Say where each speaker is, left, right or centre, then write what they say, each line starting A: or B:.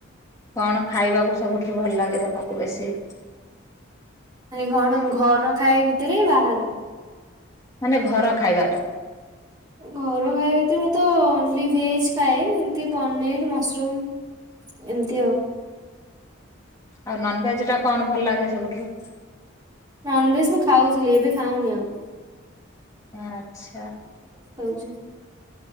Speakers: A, on the left; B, on the right.
A: କଣ ଖାଇବାକୁ ସବୁଠାରୁ ଭଲ ଲାଗେ ତମକୁ ବେଶୀ? <inaudible>
B: ନାଇ କଣ ଘର ଖାଇ ଭିତରେ ବାହାର?
A: ମାନେ ଘର ଖାଇବାଟା।
B: ଘର ଖାଇବା ଭିତରେ ମୁଁ ତ ଓନଲି ଭେଜ ଖାଏ ଏମିତି ପନିର, ମସରୁମ ଏମିତି ଆଉ।
A: ଆଉ ନନ ଭେଜ ଟା କଣ ଭଲ ଲାଗେ ସବୁଠୁ?
B: ନନଭେଜ ମୁଁ ଖାଉଥିଲି ଏବେ ଖାଉନି ଆଉ।
A: ଆଚ୍ଛା।
B: ଯେ